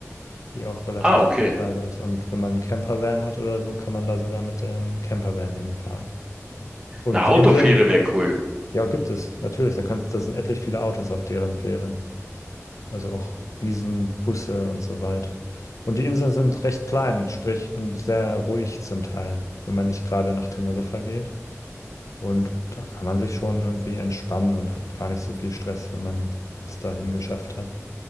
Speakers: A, on the left (about 80°); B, on the right (about 15°).
A: die auch relativ
B: Ah, okay.
A: bezahlbar ist. Und wenn man einen Campervan hat oder so, kann man da sogar mit dem Campervan hinfahren. Und
B: Eine Autofähre
A: die Inseln,
B: wäre cool.
A: ja, gibt es natürlich. Da kannst, da sind etlich viele Autos auf deren Fähren. Also auch Riesenbusse und so weiter. Und die Inseln sind recht klein sprich und sehr ruhig zum Teil, wenn man nicht gerade nach Teneriffa geht. Und da kann man sich schon irgendwie entspannen und hat gar nicht so viel Stress, wenn man es dahin geschafft hat.